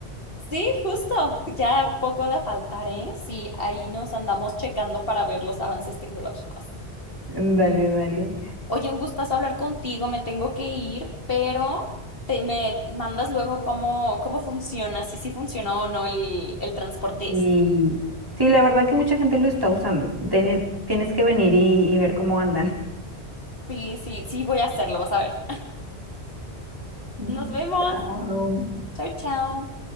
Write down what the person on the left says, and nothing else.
Sí, justo, ya poco ha de faltar, ¿eh? Sí, ahí nos andamos checando para ver los avances tecnológicos.
Oye, un gustazo hablar contigo, me tengo que ir, pero te me mandas luego cómo, cómo funciona, si sí funcionó o no el, el transporte
este.
Sí, sí, sí, voy a hacerlo, vas a ver.
Nos vemos.
Chao, chao.